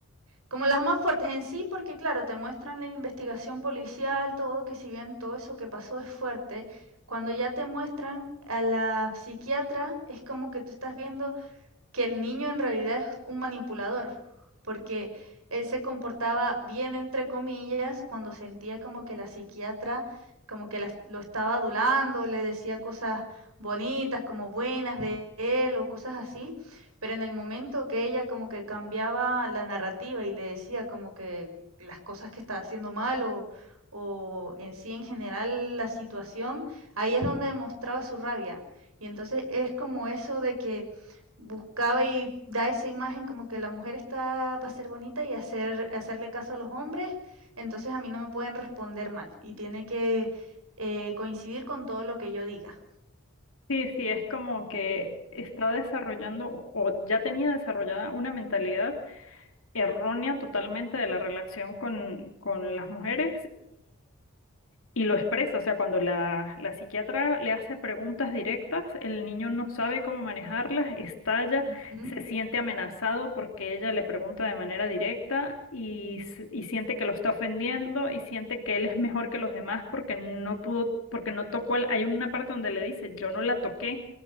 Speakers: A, on the right (about 80°); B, on the left (about 70°).
A: Como las más fuertes en sí, porque claro, te muestran la investigación policial, todo, que si bien todo eso que pasó es fuerte, cuando ya te muestran a la psiquiatra, es como que tú estás viendo que el niño en realidad es un manipulador, porque él se comportaba bien, entre comillas, cuando sentía como que la psiquiatra como que las- lo estaba adulando, le decía cosas bonitas, como buenas de él o cosas así, pero en el momento que ella como que cambiaba la narrativa y le decía como que las cosas que estaba haciendo mal o, o en sí en general la situación, ahí es donde demostraba su rabia. Y entonces es como eso de que Buscaba y da esa imagen como que la mujer está para ser bonita y hacer hacerle caso a los hombres, entonces a mí no me pueden responder mal y tiene que, eh, coincidir con todo lo que yo diga.
B: Sí, sí, es como que está desarrollando o ya tenía desarrollada una mentalidad errónea totalmente de la relación con, con las mujeres y lo expresa, o sea, cuando la, la psiquiatra le hace preguntas directas, el niño no sabe cómo manejarlas, estalla,
A: Ujú.
B: se
A: <laughs>
B: siente amenazado porque ella le pregunta de manera directa y, s- y siente que lo está ofendiendo y siente que él es mejor que los demás porque no pudo, porque no tocó al... Hay una parte donde le dice, yo no la toqué.